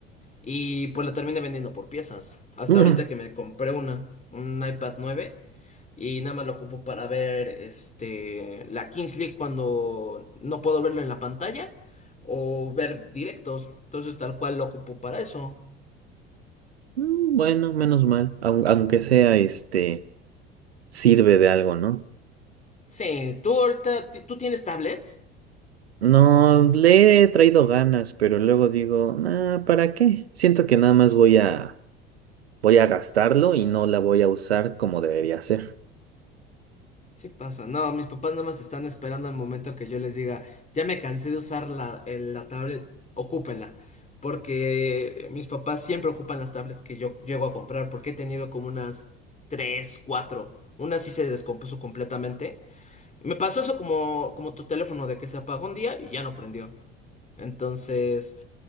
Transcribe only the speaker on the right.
Mm,
Bueno, menos mal, au- aunque sea este, sirve de algo, ¿no?
No, le he traído ganas, pero luego digo, "Ah, ¿para qué? Siento que nada más voy a, voy a gastarlo y no la voy a usar como debería ser.